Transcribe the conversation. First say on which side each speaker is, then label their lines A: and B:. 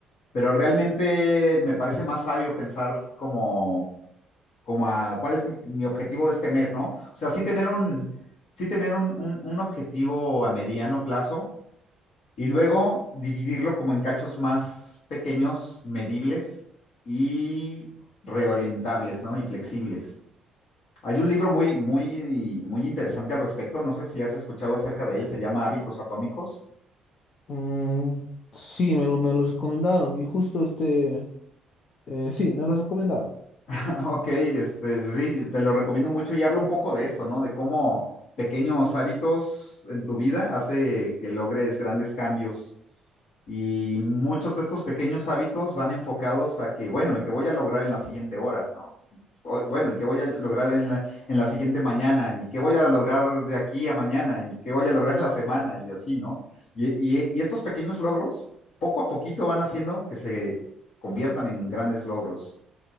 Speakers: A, on the left; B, on the left.
A: pero realmente me parece más sabio pensar como, como a cuál es mi, mi objetivo de este mes, ¿no? O sea, sí tener un, sí tener un, un, un objetivo a mediano plazo y luego dividirlo como en cachos más pequeños, medibles y reorientables, ¿no? Y flexibles. Hay un libro muy, muy, muy interesante al respecto. No sé si has escuchado acerca de él. Se llama Hábitos Atómicos.
B: Mm, sí, me lo, me lo recomendaron y justo este, eh, sí, me lo recomendaron.
A: <laughs> Ok, este, sí, te lo recomiendo mucho y habla un poco de esto, ¿no? De cómo pequeños hábitos en tu vida hace que logres grandes cambios. Y muchos de estos pequeños hábitos van enfocados a que, bueno, y que voy a lograr en la siguiente hora, ¿no? hoy- bueno, ¿y qué voy a lograr en la, en la siguiente mañana? ¿Y qué voy a lograr de aquí a mañana? ¿Y qué voy a lograr en la semana? Y así, ¿no? Y, y- y estos pequeños logros, poco a poquito van haciendo que se conviertan en grandes logros